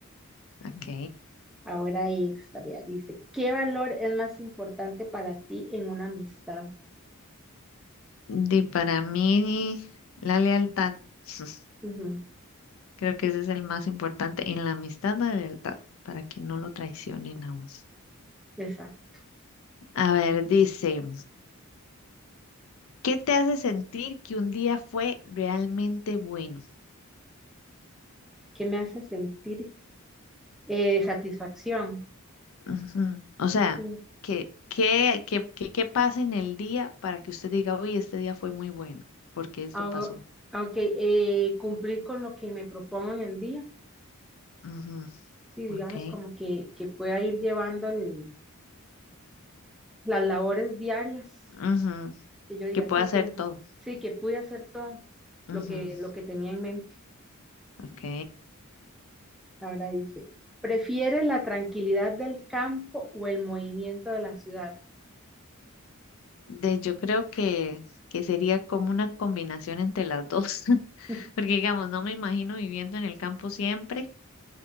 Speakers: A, on the left; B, in the centre.
A: ok.
B: Ahora esta, vea, dice, ¿qué valor es más importante para ti en una amistad?
A: Di, para mí, la lealtad. <laughs>
B: Ujú,
A: Creo que ese es el más importante en la amistad, la lealtad, para que no lo traicionen a uno.
B: exacto.
A: A ver, dice. ¿Qué te hace sentir que un día fue realmente bueno?
B: que me hace sentir eh, satisfacción.
A: Ujú. O sea,
B: Sí.
A: ¿qué, qué, qué, qué- qué pasa en el día para que usted diga, uy, este día fue muy bueno, porque esto
B: Ahora,
A: pasó?
B: ok, eh, cumplir con lo que me propongo en el día.
A: Ujú,
B: Sí, digamos
A: Ok.
B: como que, que pueda ir llevando el- las labores diarias,
A: Ujú,
B: que yo diga,
A: Que pueda
B: sí,
A: hacer
B: cum-
A: todo.
B: sí, que pude hacer todo
A: Ujú,
B: lo que, lo que tenía en mente.
A: Ok.
B: Ahora dice, ¿prefiere la tranquilidad del campo o el movimiento de la ciudad?
A: De, yo creo que, que sería como una combinación entre las dos, <laughs>
B: <laughs>
A: porque digamos, no me imagino viviendo en el campo siempre.